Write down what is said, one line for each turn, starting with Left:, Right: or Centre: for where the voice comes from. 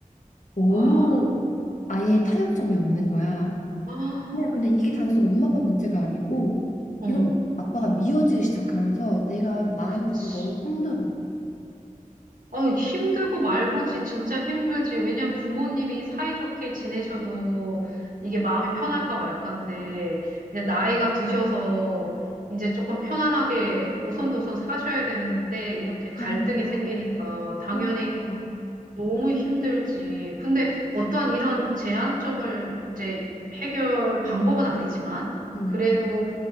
Left: 너무
Right: 아,
Left: 아예 타협점이 없는 거야.
Right: 아,
Left: 그냥 근데 이게 단순 엄마 아빠 문제가 아니고
Right: 어,
Left: 이거 아빠가 미워지기 시작하면서 내가 마음적으로
Right: 그치.
Left: 너무 힘들어.
Right: 아, 힘들고 말고지 진짜 힘들지. 왜냐면 부모님이 사이좋게 지내셔도 이게 마음이 편할까 말까인데 이제 나이가 드셔서 이제 조금 편안하게 오손도손 사셔야 되는데 이렇게
Left: 그러니까,
Right: 갈등이 생기니까 당연히
Left: 그러니까.
Right: 너무 힘들지. 근데 어떠한 이런 제한점을 이제 해결 방법은 아니지만
Left: 응.
Right: 그래도